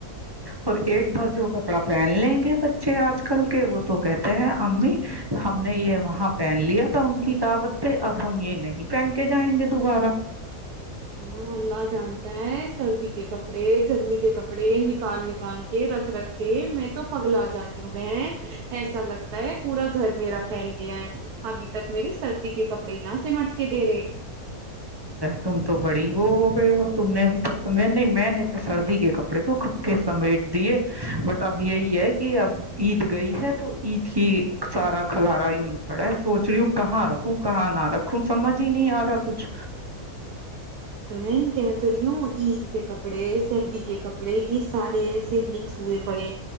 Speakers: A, on the right; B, on the right.
A: اور ایک بار جو کپڑا پہن لیں گے بچے آج کل کے وہ تو کہتے ہیں امی ہم نے یہ وہاں پہن لیا تھا ان کی دعوت پے اب ہم یہ نہیں پہن کے جائیں گے دوبارہ
B: ہاں اللہ جانتا ہے سردی کے کپڑے گرمی کے کپڑے نکال نکال رکھ رکھے میں تو پگ ل آ جاتی ہوں بہن ایسا لگتا ہے پورا گھر میرا پھیل گیا ہے ابھی تک میرے سردی کے کپڑے نہ سمٹ کے دے رہے
A: تم تو بڑی وہ ہو گئے ہو تم نے ابھی تک سمجھا نہیں میں نے تو سردی کے کپڑے تو کھپ کے سمیٹ دیے بٹ اب یہی ہے کہ اب عید گئی ہے تو عید کی سارا خلارا یوں ہی پڑا ہے سوچ رہی ہوں کہاں رکھوں کہاں نہ رکھوں سمجھ ہی نہیں آ رہا کچھ
B: بین کہتری ہوں عید کے کپڑے کپڑے سردی کے کپڑے کی <unintelligible> سارے ایسے مکس ہوئے پڑے